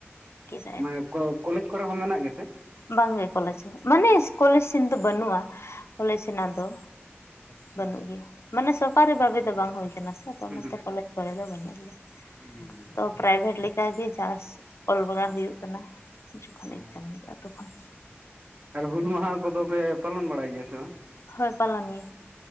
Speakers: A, on the left (about 75°); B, on the right (about 40°).
A: ᱫᱚ
B: ᱢᱟᱱᱮ ᱠᱚᱞᱮᱡᱽ ᱠᱚᱨᱮ ᱦᱚᱸ ᱢᱮᱱᱟᱜ ᱜᱮᱛᱮ?
A: ᱵᱟᱝ ᱜᱮ ᱠᱚᱞᱮᱡᱽ ᱦᱚᱸ ᱢᱟᱱᱮ ᱠᱚᱞᱮᱡᱽ ᱥᱮᱱ ᱫᱚ ᱵᱟᱹᱱᱩᱜᱼᱟ, ᱠᱚᱞᱮᱡᱽ ᱨᱮᱱᱟᱜ ᱫᱚ᱾
B: ᱟᱪᱪᱷᱟ
A: ᱵᱟᱹᱱᱩᱜ ᱜᱮᱭᱟ ᱢᱟᱱᱮ ᱥᱚᱨᱠᱟᱨᱤ ᱵᱷᱟᱵᱮ ᱫᱚ ᱵᱟᱝ ᱦᱩᱭ ᱠᱟᱱᱟ ᱥᱮ᱾ ᱛᱚ
B: ᱦᱩᱸ
A: ᱚᱱᱟᱛᱮ ᱠᱚᱞᱮᱡᱽ ᱠᱚᱨᱮ ᱫᱚ ᱵᱟᱹᱱᱩᱜ ᱜᱮᱭᱟ
B: ᱦᱩᱸ
A: ᱛᱚ ᱯᱨᱟᱭᱵᱷᱮᱴ ᱞᱮᱠᱟᱟᱜ ᱜᱮ ᱪᱟᱥ, ᱚᱞ ᱵᱟᱲᱟ ᱦᱳᱭᱳᱜ ᱠᱟᱱᱟ ᱡᱚᱠᱷᱚᱱ
B: ᱦᱩᱸ
A: ᱮᱠᱡᱟᱢ ᱦᱳᱭᱳᱜ-ᱟ ᱛᱚᱠᱷᱚᱱ,
B: ᱟᱨ ᱦᱩᱞ ᱢᱟᱦᱟ ᱠᱚᱫᱚ ᱯᱮ ᱯᱟᱞᱚᱱ ᱵᱟᱲᱟᱭ ᱜᱮᱭᱟ ᱥᱮ ᱵᱟᱝ?
A: ᱦᱳᱭ ᱯᱟᱞᱚᱱ ᱜᱮ᱾